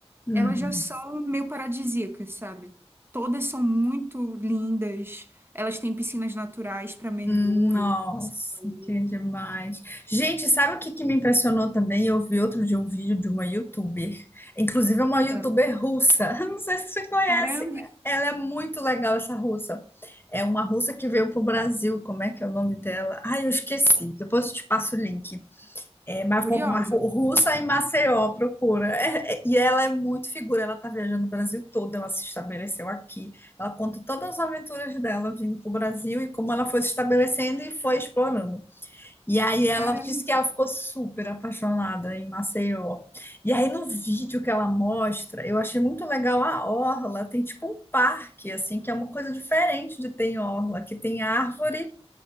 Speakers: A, on the left (about 20°); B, on the right (about 20°).
A: Uhum.
B: elas já são meio paradisíacas, sabe? Todas são muito lindas, elas têm piscinas naturais para mergulho,
A: Nossa,
B: como você falou.
A: que demais. Gente, sabe o que, que me impressionou também? Eu vi outro dia um vídeo de uma youtuber, inclusive é uma youtuber
B: Ah,
A: russa. <laughs> Não sei se você conhece.
B: Caramba,
A: Ela é muito legal, essa russa. É uma russa que veio pro Brasil. Como é que é o nome dela? Ai, eu esqueci. Depois eu te passo o link. É, Marco,
B: curiosa.
A: Marco, russa em Maceió procura. É, é, e ela é muito figura, ela tá viajando o Brasil todo, ela se estabeleceu aqui. Ela conta todas as aventuras dela vindo pro Brasil e como ela foi se estabelecendo e foi explorando. E aí ela
B: Caramba,
A: disse que ela ficou super apaixonada em Maceió. E aí no vídeo que ela mostra, eu achei muito legal a orla, tem tipo um parque assim, que é uma coisa diferente de ter em orla, que tem árvore